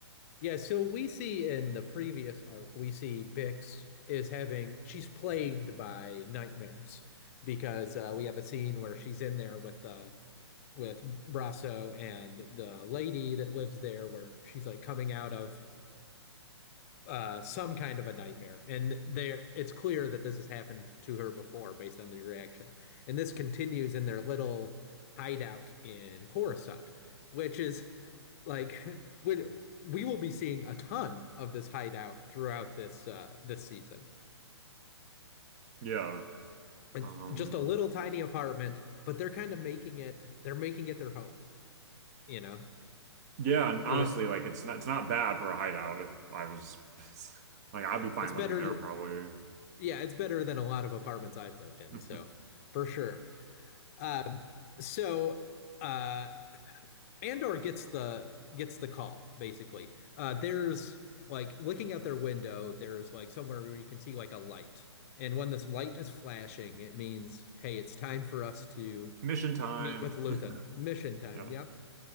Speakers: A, on the left; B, on the right.
A: Yeah. So we see in the previous arc, we see Bix is having, she's plagued by nightmares because uh, we have a scene where she's in there with uh, with Brasso and the lady that lives there, where she's like coming out of uh, some kind of a nightmare, and there it's clear that this has happened to her before based on the reaction, and this continues in their little hideout in Coruscant, which is like <laughs> we we will be seeing a ton of this hideout throughout this uh, this season.
B: Yeah.
A: It's
B: Um,
A: just a little tiny apartment, but they're kind of making it they're making it their home, you know.
B: yeah, and
A: Uh,
B: honestly, like it's not it's not bad for a hideout if I was <laughs> like I'd be fine
A: It's better,
B: living there probably.
A: yeah, it's better than a lot of apartments I've lived in,
B: <laughs>
A: so for sure. Uh, so uh, Andor gets the gets the call basically. Uh, there's like looking out their window, there's like somewhere where you can see like a light, and when this light is flashing, it means hey, it's time for us to
B: Mission time.
A: meet with Luthen.
B: <laughs>
A: Mission time,
B: Yeah.
A: yep.